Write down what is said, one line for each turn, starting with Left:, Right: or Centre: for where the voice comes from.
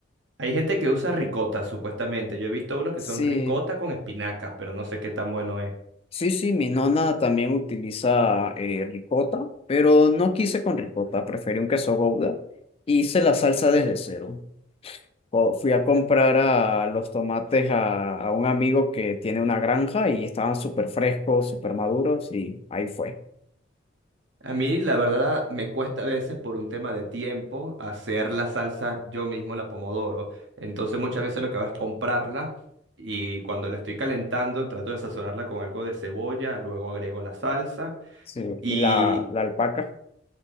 Right: Hay gente que usa ricota, supuestamente. Yo he visto unos que
Left: Sí,
Right: son ricota con espinacas, pero no sé qué tan bueno es.
Left: Sí, sí, mi nona también utiliza eh, ricota, pero no quise con ricota, preferí un queso gouda. Hice la salsa desde cero. Co- Fui a comprar a los tomates a, a un amigo que tiene una granja y estaban súper frescos, súper maduros y ahí fue.
Right: A mí, la verdad, me cuesta a veces por un tema de tiempo hacer la salsa yo mismo, la pomodoro. Entonces, muchas veces lo que hago es comprarla y cuando la estoy calentando, trato de sazonarla con algo de cebolla, luego agrego la salsa
Left: Sí,
Right: y
Left: y la, la alpaca.